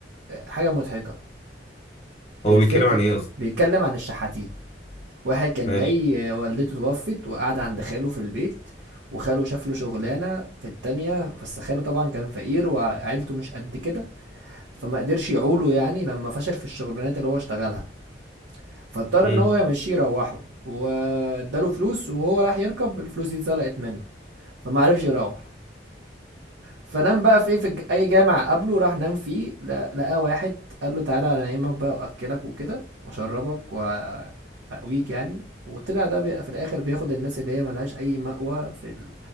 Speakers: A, on the right (about 85°); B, on the left (about 35°).
A: حاجه مضحكه
B: هو
A: الفكره
B: بيتكلم عن ايه اصلا
A: بيتكلم عن الشحاتين واحد كان
B: ماشي
A: جاي آه، والدته توفت وقعد عند خاله في البيت وخاله شاف له شغلانه في التانية بس خاله طبعا كان فقير وعيلته مش قد كده فما قدرش يعوله يعني لما فشل في الشغلانات اللي هو اشتغلها فاضطر
B: مم.
A: ان هو يمشيه يروحه واداله فلوس وهو راح يركب الفلوس دي اتسرقت منه فما عرفش يروح فنام بقى في, إيه، في الج- اي جامع قبله راح نام فيه لا- لقى واحد قال له تعالى انا انيمك بقى واكلك وكده واشربك واقويك يعني وطلع ده بي- في الاخر بياخد الناس اللي هي ملهاش اي مأوى في ال...